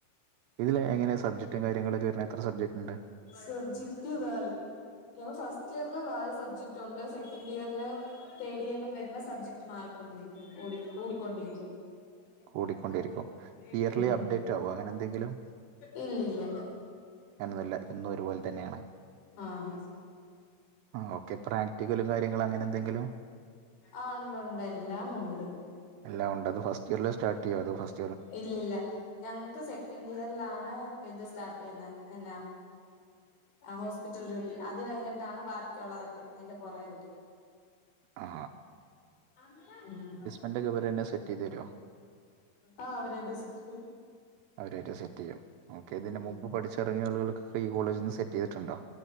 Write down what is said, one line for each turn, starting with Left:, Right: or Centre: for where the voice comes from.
Right: ഇതില് എങ്ങനെ സബ്ജറ്റും കാര്യങ്ങളൊക്കെ വരുണ് എത്ര സബ്ജറ്റുണ്ട്?
Left: സബ്ജക്റ്റ് വാല് ഞങ്ങള് ഫസ്റ്റ് ഇയറില് വാല് സബ്ജക്റ്റ് ഉണ്ട് സെക്കൻഡ് ഇയറില് തേടിയെല്ലാം വരുമ്പോ സബ്ജക്ട് മാറക്കൊണ്ടിരിക്കും, കൂടി കൂടിക്കൊണ്ടിരിക്കും. <unintelligible>
Right: കൂടിക്കൊണ്ടിരിക്കും ഇയർലി
Left: ഉം
Right: അപ്ഡേറ്റ് ആവോ അങ്ങനെ എന്തെങ്കിലും
Left: ഇല്ലില്ല
Right: എന്ന എന്നും ഒരുപോലെ തന്നെയാണ്
Left: ആഹ്
Right: ഓ റ്റിക്കലും കാരൃങ്ങള് അങ്ങനെന്തെങ്കിലും
Left: ആഹ് ഉണ്ടുണ്ട് എല്ലാം ഉണ്ട്.
Right: എല്ലാം ഉണ്ട്. അത് ഫസ്റ്റിയർലേ സ്റ്റാർട്ടെയ്യൂ അത് ഫസ്
Left: ഇല്ലല്ല ഞങ്ങ്ക്ക് സെക്കൻഡി യർലാണ് ഇത് സ്റ്റാർട്ട് ചെയ്ന്ന് എനാ ആഹോസ്പിറ്റൽ ഡ്യൂട്ടി അത് കഴിഞ്ഞിട്ടാണ് ബാക്കിയുള്ളതൊക്കെ അതിന്റെ പുറേപരി
Right: ആ
Left: അല്ല ഉം
Right: അൻ്റെ കൂബിലെന്നെ സെറ്റീതേരോ?
Left: ആ അവര എടുസിട്ട്
Right: അവരായിട്ട് സെറ്റ് ചെയ്യും. ഓക്കെ, ഇതിന്
Left: ആഹ്
Right: മുമ്പ് പഠിച്ചിറങ്ങിയ ആളുകൾക്കൊക്കെ ഈ കോളേജി ന്ന് സെറ്റ് ചെയ്തിട്ടുണ്ടോ